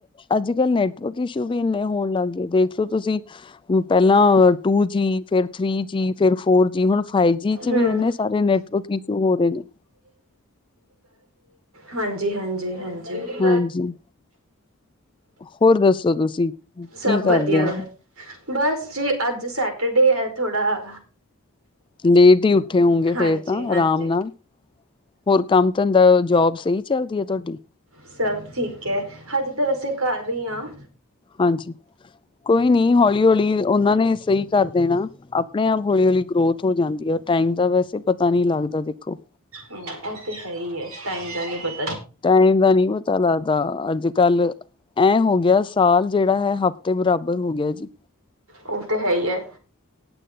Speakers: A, on the left (about 25°); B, on the right (about 75°).
A: ਅੱਜ ਕਲ ਨੈਟਵਰਕ ਇਸ਼ੂ ਵੀ ਇੰਨੇ ਹੋਣ ਲੱਗ ਗਏ ਦੇਖਲੋ ਤੁਸੀਂ ਪਹਿਲਾਂ ਟੂ ਜੀ ਫੇਰ ਥੀ ਜੀ ਫੇਿਰ ਫੋਰ ਜੀ ਹੁਣ ਫਾਈਵ ਜੀ ਵਿੱਚ
B: ਹਮ
A: ਵੀ ਇੰਨੇ ਸਾਰੇ ਨੈਟਵਰਕ ਇਸ਼ੂ ਹੋ ਰਹੇ ਨੇ
B: ਹਾਂਜੀ ਹਾਂਜੀ ਜੀੀ ਹਾਂਜੀ
A: ਹਾਂਜੀ ਹੋਰ ਦੱਸੋ ਤੁਸੀਂ
B: ਸਭ
A: ਕੀ ਕਰਦੇ
B: ਵਧੀਆ ਬਸ ਜੀ ਅੱਜ ਸੈਟਰਡੇ ਹੈ ਥੋੜ੍ਹਾ
A: ਲੇਟ ਹੀ ਉੱਠੇ ਹੋਊਗੇ
B: ਹਾਂਜੀ
A: ਫੇਿਰ ਤਾਂ
B: ਹਾਂਜੀ
A: ਆਰਾਮ ਨਾਲ ਹੋਰ ਕੰਮ ਧੰਦਾ ਜੋਬ ਸਹੀ ਚੱਲਦੀ ਹੈ ਤੁਹਾਡੀ
B: ਸਭ ਠੀਕ ਹੈ ਹਜੇ ਤਾਂ ਵੈਸੇ ਕਰ ਰ ਹੀ ਹਾਂ
A: ਹਾਂਜੀ ਕੋਈ ਨੀ ਹੌਲੀ ਹੌਲੀ ਉਹਨਾਂ ਨੇ ਸਹੀ ਕਰ ਦੇਣਾ ਆਪਣੇ ਆਪ ਹੌਲੀ ਹੌਲੀ ਗਰੋਥ ਹੋ ਜਾਂਦੀ ਹੈ ਟਾਈਮ ਦਾ ਵੈਸੇ ਪਤਾ ਨਹੀਂ ਲੱਗਦਾ ਦੇਖੋ
B: ਉਹ ਤਾਂ ਹੈ ਹੀ ਹੈ ਟਾਈਮ ਤਾਂ ਨਹੀਂ ਬੱਚ
A: ਟਾਈਮ ਦਾ ਨੀ ਪ ਪਤਾ ਲੱਗਦਾ ਅੱਜ ਕੱਲ ਐ ਹੋ ਗਿਆ ਸਾਲ ਜੇੜਾ ਹੈ ਹਫ਼ਤੇ ਬਰਾਬਰ ਹੋ ਗਿਆ ਜੀ
B: ਉਹ ਤਾਂ ਹੈਈ ਹੈ